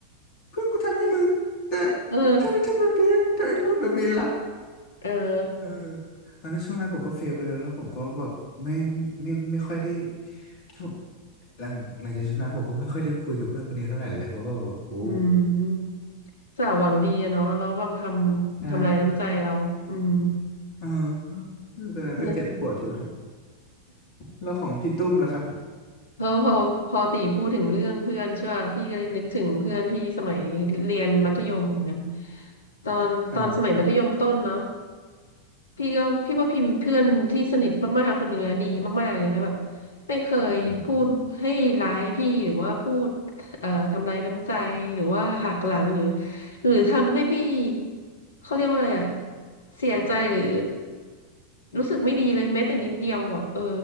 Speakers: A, on the left; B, on the left.
A: เพื่อนกูทำให้มึงแต่
B: เออ
A: ทำไมทำแบบนี้ทำไมพูดแบบนี้ล่ะ
B: เออ
A: เออตอนนั้นช่วงนั้นผมก็เฟลไปแล้วแล้วผมก็แบบไม่ไม่ไม่ค่อยได้ช่วงหลังหลังจากช่วงนั้นผมก็ไม่ค่อยได้คุยกับเพื่อนคนนี้เท่าไหร่เลยเพราะว่าแบบโอ้
B: อืมสาวหวังดีอะเนาะแล้วแบบทำทำลายน้ำใจเราอืม
A: ได้เออตอนนั้นก็เจ็บปวดอยู่ครับ
B: <laughs> นะ
A: แล้วของพี่ตุ้มล่ะครับ
B: พอพอพอตีพูดถึงเรื่องเพื่อนใช่ป่ะพี่ก็เลยนึกถึงเพื่อนพี่สมัยเรียนมัธยมเหมือนกันตอนตอนสมัยมัธยมต้นเนาะ
A: ครับ
B: พี่ก็พี่ว่าพิมพ์เพื่อนที่สนิทมากๆคนหนึ่งอะดีมากๆเลยนะแบบไม่เคยพูดให้ร้ายพี่หรือว่าพูด
A: อืม
B: เอ่อทำร้ายน้ำใจหรือว่าหักหลังหรือหรือทำให้พี่เขาเรียกว่าอะไรอะเสียใจหรือรู้สึกไม่ดีเลยแม้แต่นิดเดียวอะเออ